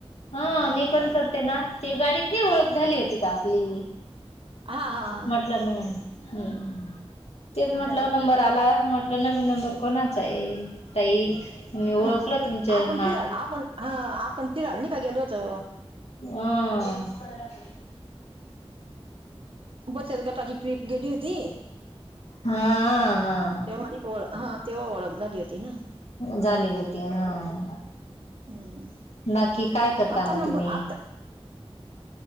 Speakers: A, on the left; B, on the right.
A: हा. मी पण करते ना. ते गाडीत- ओळख झाली होती का आपली?
B: हा हा हा
A: म्हटलं म हं. तेच म्हटलं नंबर आला. म्हटलं नवीन नंबर कोणाचा आहे ताई? मी
B: हा
A: ओळखलं
B: हा
A: तुमचं
B: आपण
A: नाव.
B: फिराल आपण हा. आपण तिला नाही का गेलो होतो?
A: अं.
B: बचत गटाची ट्रीप गेली होती.
A: हा हा
B: तेव्हा नाई का ओळ हा तेव्हा ओळख झाली होती ना.
A: झाली होती हां.
B: हम्म.
A: बाकी काय करता
B: आता
A: म
B: नंबर
A: तुम्ही?
B: आता